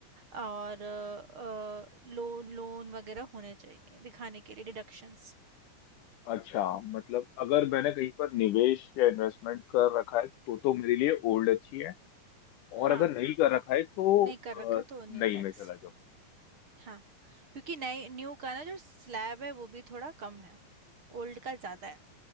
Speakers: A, on the right (about 40°); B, on the left (about 75°).
A: और लोन लोन वगैरह होने चाहिए दिखाने के लिए डिडक्शंस
B: अच्छा मतलब अगर मैंने कहीं पर निवेश या इन्वेस्टमेंट कर रखा है तो तो मेरे लिए ओल्ड अच्छी है और
A: हाँ
B: अगर नहीं कर रखा है तो
A: नहीं कर रखा
B: अ,
A: तो न्यू
B: नहीं
A: टैक्स
B: में चला जाऊँ
A: हाँ क्योंकि नए न्यू का ना जो स्लैब है वो भी थोड़ा कम है ओल्ड का ज़्यादा है